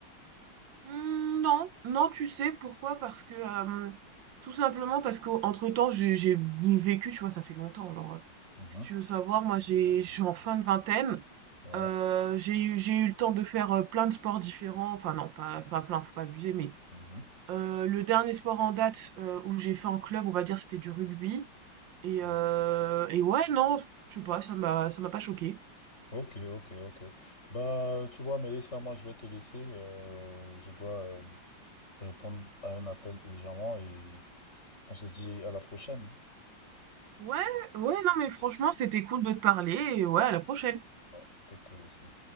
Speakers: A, on the right (about 65°); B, on the left (about 30°).
A: Mmh, non, non, tu sais pourquoi? Parce que, hem, tout simplement parce qu'entre-temps j'ai j'ai vécu, tu vois? Ça fait longtemps, genre, heu,
B: Mhm.
A: si tu veux savoir, moi j'ai
B: Non, c'est
A: je suis en
B: ça.
A: fin de vingtaine
B: Ouais.
A: Heu, j'ai eu j'ai eu le temps de faire, heu, plein de sports différents, enfin non, pas pas plein, faut pas abuser, mais
B: mhm.
A: heu, le dernier sport en date, heu, où j'ai fait en club, on va dire, c'était du rugby et
B: Oh.
A: heu et ouais, non, je sais pas, ça m'a ça m'a pas choqué
B: Ok, ok, ok. Bah, tu vois, Mélissa, moi, je vais te laisser. euh, je dois euh, répondre à un appel urgemment et on se dit à la prochaine.
A: Ouais, ouais, non, mais franchement, c'était cool de te parler et ouais, à la prochaine.
B: Ouais, c'était cool aussi.